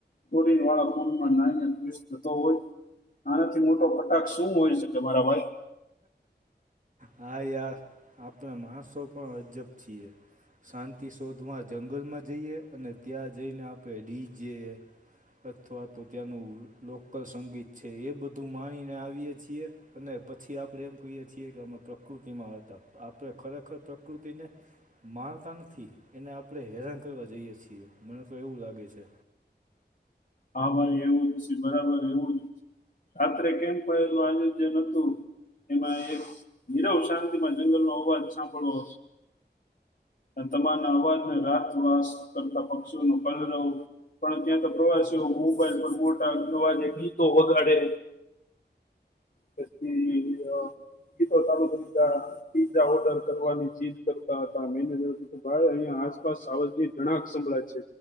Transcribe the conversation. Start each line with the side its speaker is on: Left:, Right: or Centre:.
Left: કોરીવાળા પૂલમાં નાહીને ખુશ થતો હોય. આનાથી મોટો કટાક્ષ શું હોય શકે મારા ભાઈ?
Right: હા યાર, આપણે માણસો પણ અજબ છીએ. શાંતિ શોધવા જંગલમાં જઈએ અને ત્યાં જઈને આપણે ડીજે અથવા તો ત્યાંનું લોકલ સંગીત છે એ બધું માણીને આવીએ છીએ. અને પછી આપણે એમ કહીએ છીએ કે અમે પ્રકૃતિમાં હતા આપણે ખરેખર પ્રકૃતિને માણતા નથી એને આપણે હેરાન કરવા જઈએ છીએ મને તો એવું લાગે છે.
Left: હા ભાઈ એવું જ છે બરાબર એવું જ, રાત્રે કેમ પહેલું આયોજન હતું? એમાં એક નિરવ શાંતિમાં જંગલનો અવાજ સાંભળવો. અને તમારના અવાજને રાતવાસ કરતાં પક્ષીઓનું કલરવ પણ ત્યાં તો પ્રવાસ મોબાઈલ પર મોટા અવાજે ગીતો વગાડે. તેથી અ ગીતો ચાલુ થઈ જા. પીઝા ઓર્ડર કરવાની જીદ કરતા હતા મેનેજર હત ભાઈ અહીંયા આસપાસ સાવલજી ઘણા સંભળાય છે